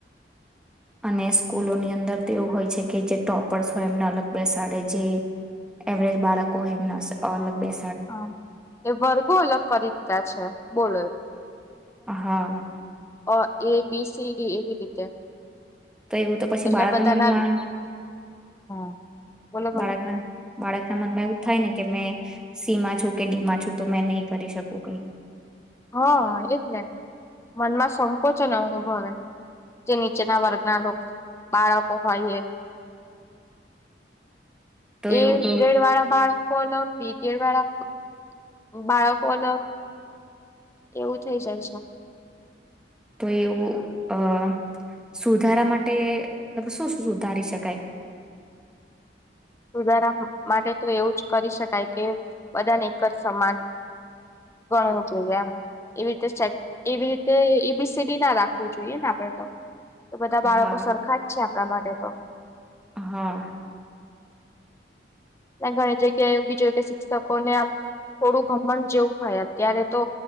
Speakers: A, in the centre; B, on the left (about 15°).
A: અને સ્કૂલોની અંદર તો એવું હોય છે કે જે ટોપર્સ હોય એમને અલગ બેસાડે જે એવરેજ બાળકો હોય એમને અલગ બેસા
B: હા એ વરગું એલગ કરી. છા બોલો.
A: હા.
B: અ એ બીસીડી એવી રીતે.
A: તો એવું તો પછી
B: એટલે
A: બાળકના
B: બધાના
A: મનમાં
B: હા બોલો બોલો
A: બાળકના બાળકના મનમાં એવું થાય ને. કે મેં સી માં છું કે ડી માં છું તો મેં નહી કરી શકું કઈ.
B: હા એટલેને મનમાં સંકોચન અનુભવે. જન. ચ ના વર્ગના લોકો બાળકો હોય એ.
A: તો
B: એ
A: એવું તો
B: ગ્રેડ વાળા બાળકો ફલો બટીર ભળ <inaudible> <unintelligible> બાળકો અલગ એવું થઈ જાય છે
A: તો એવું. અ સુધારા માટે શું શું સુધારી શકાય.
B: સુધારા માટે તો એવું જ કરી શકાય કે બધાને એક જ સમાન ગણવું જોઈએ એમ એવી રીતે એવી રીતે એબીસીડી ના રાખવું જોઈએ ને આપણેે તો. તો બધા બાળકો
A: હા
B: સરખા જ છે. આ માટે તો.
A: હા.
B: અને ઘણી જગ્યાએ એવું બીજયું, કે શિક્ષકોને આમ થોડું ઘમણ જેવું હોય અત્યારે તો